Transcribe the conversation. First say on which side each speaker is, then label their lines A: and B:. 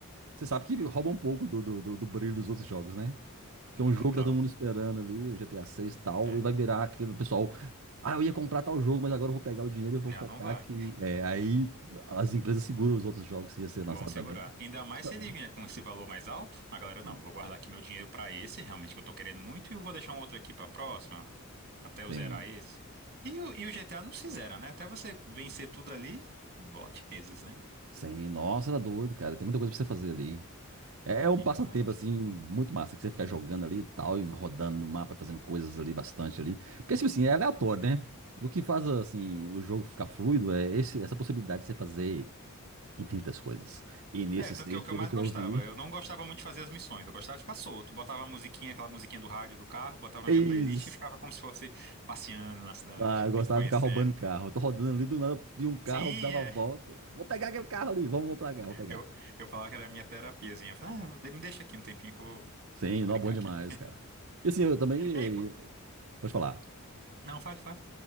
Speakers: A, on the right; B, on the right.
A: Você sabe que rouba um pouco do, do, do- do brilho dos outros jogos, né? Porque é um jogo
B: Total.
A: que tá todo mundo esperando ali, o GTA 6 e tal,
B: É,
A: e vai virar aquele pessoal. Ah, eu ia comprar tal jogo, mas agora eu vou pegar o dinheiro e vou
B: já
A: focar
B: não vai.
A: que. É, aí as empresas seguram os outros jogos que ia ser lançado
B: Vamos segurar.
A: também.
B: Ainda mais
A: Justamente.
B: se ele vier com esse valor mais alto, a galera,
A: Sim.
B: não, vou guardar aqui meu dinheiro pra esse, realmente que eu tô querendo muito, e eu vou deixar um outro aqui pra próxima, até eu
A: Sim.
B: zerar esse. E o, e o GTA não se zera, né? Até você vencer tudo ali, bote meses, né?
A: Sim. Nossa, era doido, cara. Tem muita coisa pra você fazer ali. É é um
B: Demais.
A: passatempo, assim, muito massa, que você fica jogando ali e tal, e rodando no mapa, fazendo coisas ali bastante ali. Porque, tipo assim, é aleatório, né? O que faz, assim, o jogo ficar fluido é esse- essa possibilidade de você fazer infinitas coisas. E nesse
B: É, tanto
A: seis,
B: que é o que
A: pelo
B: eu mais
A: que
B: gostava.
A: eu vi,
B: Eu não
A: <laughs>
B: gostava muito de fazer as missões, eu gostava de ficar solto. Botava a musiquinha, aquela musiquinha do rádio do carro, botava
A: é
B: a minha
A: isso.
B: playlist e ficava como se fosse passeando na cidade,
A: Ah, eu gostava
B: <laughs> conhecendo.
A: de ficar roubando carro. Eu tô rodando ali, do nada, vi um carro,
B: Sim,
A: dava
B: é,
A: a volta. Vou pegar aquele carro ali, vamos, vou pegar, vou pegar.
B: Eu, eu falava que era a minha terapiazinha. Eu falava, ah, me deixa aqui um tempinho que eu vou,
A: Sim,
B: vou
A: não,
B: brincar
A: bom demais,
B: aqui.
A: cara. E assim, eu também...
B: Ei, pô,
A: eh, Pode falar.
B: não, fale, fale.